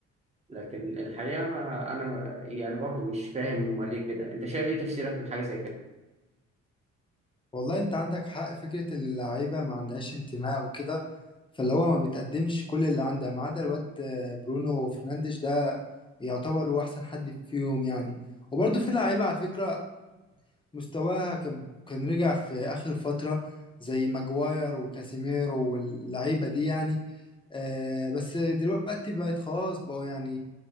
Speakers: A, on the right; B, on the left.
A: لكن الحقيقة ما- أنا ما- يعني برضو مش فاهم هما ليه كده أنت شايف إيه تفسيرك لحاجة زي كده؟
B: والله انت عندك حق فكرة ان اللعيبة ما عندهاش انتماء وكده فاللي هو ما بتقدمش كل اللي عندها ما عدا الواد برونو فرنانديش ده يعتبر هو احسن حد فيهم يعني وبرضه في لعيبة على فكرة مستواها كان كان رجع في آخر فترة زي ماجواير وكاسيميرو واللعيبة دي يعني آه بس دلوقتي بقت خلاص بقوا يعني